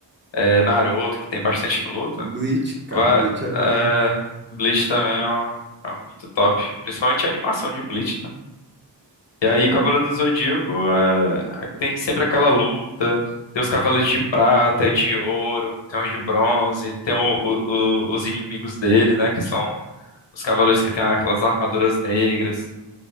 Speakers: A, on the left (about 75°); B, on the right (about 25°).
A: é, Naruto, que tem bastante luta,
B: Bleach, cara,
A: vai,
B: Bleach é bom,
A: é,
B: hein?
A: Bleach também é, um, é um muito top. Principalmente a animação de Bleach, né? E aí Cavaleiro do Zodíaco é, tem sempre aquela luta, tem os cavaleiros de prata, de ouro, tem os de bronze, tem o- o- o- os inimigos dele, né? Que são os cavaleiros que têm aquelas armaduras negras.